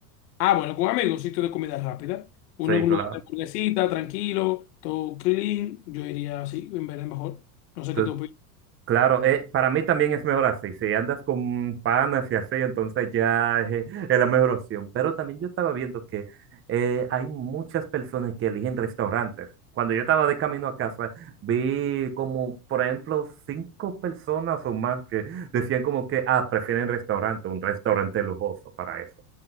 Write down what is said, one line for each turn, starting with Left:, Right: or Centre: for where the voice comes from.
Left: Ah, bueno, con amigos, sitios de comida rápida. Uno
Right: Sí,
Left: en un
Right: claro.
Left: lugar de hamburguesita, tranquilo, todo clean. Yo iría así, en vez de mejor. No sé
Right: Sí.
Left: qué tú opinas.
Right: Claro, eh, para mí también es mejor así. Si andas con panas y así, entonces ya eh, es la mejor opción. Pero también yo estaba viendo que eh, hay muchas personas que eligen restaurantes. Cuando yo estaba de camino a casa, vi como, por ejemplo, cinco personas o más que decían como que, ah, prefieren restaurante, un restaurante lujoso para eso.